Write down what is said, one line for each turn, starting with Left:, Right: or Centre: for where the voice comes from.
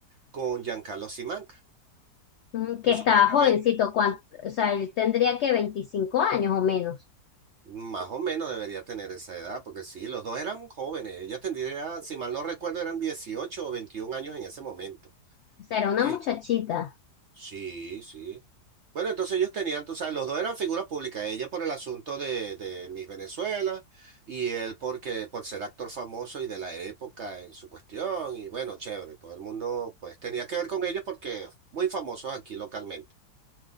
Right: con Giancarlo Simanca.
Left: Mm, Que
Right: Pues,
Left: estaba
Right: Supuestamente
Left: jovencito, cuan- o sea, él tendría que 25 años o menos.
Right: Más o menos debería tener esa edad, porque sí, los dos eran jóvenes. Ella tendría, si mal no recuerdo, eran 18 o 21 años en ese momento.
Left: O sea, era una
Right: Eh,
Left: muchachita.
Right: sí, sí. Bueno, entonces ellos tenían, tú sabes, los dos eran figuras públicas, ella por el asunto de, de Miss Venezuela y él porque por ser actor famoso y de la época en su cuestión y bueno, chévere, todo el mundo pues tenía que ver con ellos porque muy famosos aquí localmente.